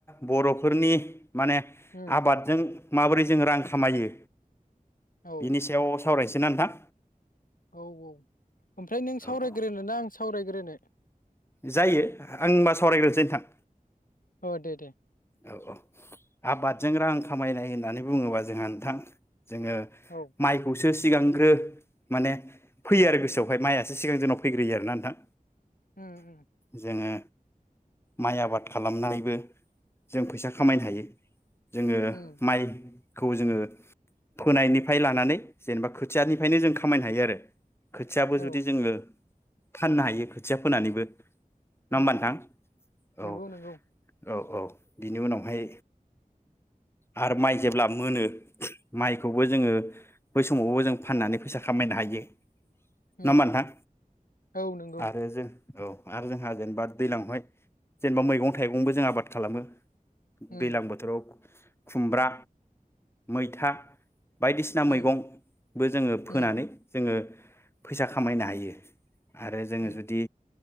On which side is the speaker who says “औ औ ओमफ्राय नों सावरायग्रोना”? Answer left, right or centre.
Left